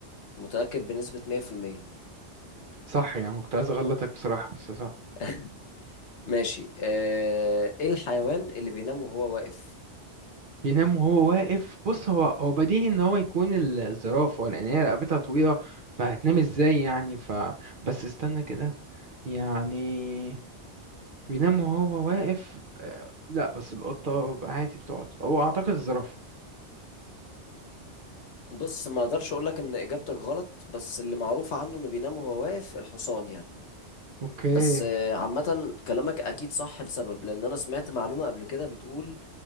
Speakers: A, on the left; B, on the right.
A: متأكد بنسبة 100%
B: صح يعني كنت عايز اغلطك بصراحة بس صح
A: <laughs> ماشي اه... ايه الحيوان اللي بينام وهو واقف
B: بينام وهو واقف بص هو هو بديهي ان هو يكون ال- الزرافة لان هي رقبتها طويلة فهتنام ازاي يعني ف بس استنى كده يعني بينام وهو واقف آه، لا بس القطة عادي بتقعد هو اعتقد الزرافة
A: بص ما اقدرش اقول لك ان اجابتك غلط بس اللي معروف عنه انه بينام وهو واقف الحصان يعني
B: اوكي
A: بس آه، عامة كلامك أكيد صح لسبب لأن أنا سمعت معلومة قبل كده بتقول